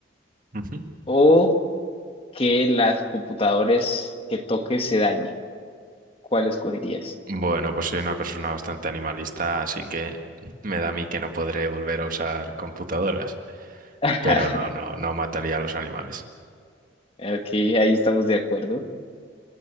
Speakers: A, on the right (about 45°); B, on the left (about 30°).
A: Ujú.
B: o que las computadoras que toques se dañen, ¿cuál escogerías?
A: Bueno, pues soy una persona bastante animalista, así que me da a mí que no podré volver a usar computadoras.
B: <laughs>
A: Pero no, no, no mataría a los animales.
B: Ok, ahí estamos de acuerdo.